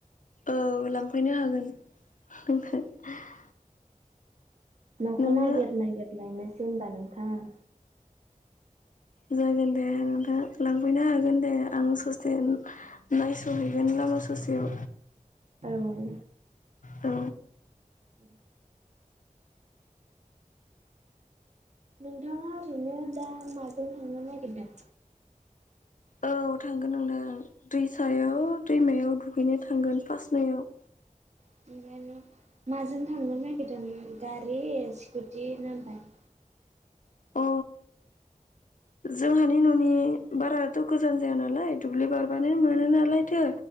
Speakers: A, on the left (about 70°); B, on the right (about 55°).
A: औ लांफैनो हागोन। <unintelligible>
B: न'खौ
A: नोंनो
B: नागिर नागिर लायनोसै होनबा नोंथां आं।
A: जागोन दे नोंथांआ लांफैनो हागोन दे आं ससे नायस'हैगोन लामा ससेयाव।
B: औ।
A: औ।
B: उ <inaudible> नोंथाङा ओरैनो दा माजों थांनो नागिरदों?
A: औ थांगोन नोंथां दैसायाव दैमायाव दुगैनो थांगोन फास्टनियाव।
B: <unintelligible> माजों थांनो नागिरदों गारि, स्कुटि ना बायख?
A: अ। जोंहानि न'नि बाराथ' गोजान जाया नालाय दुब्लि बार बानो मोनो नालायथो